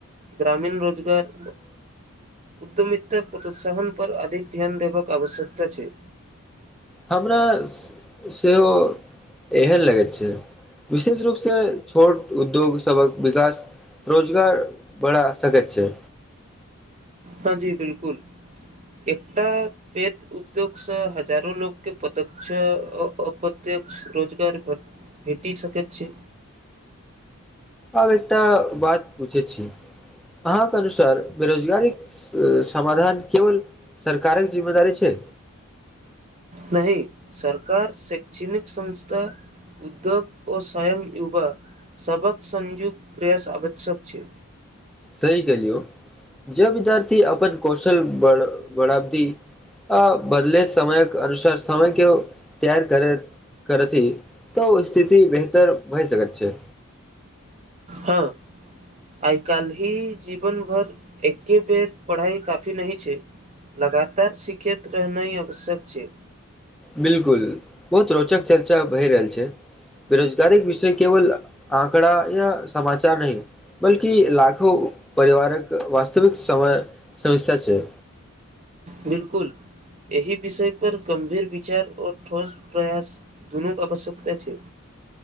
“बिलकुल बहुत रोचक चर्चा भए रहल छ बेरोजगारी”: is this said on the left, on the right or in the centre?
Centre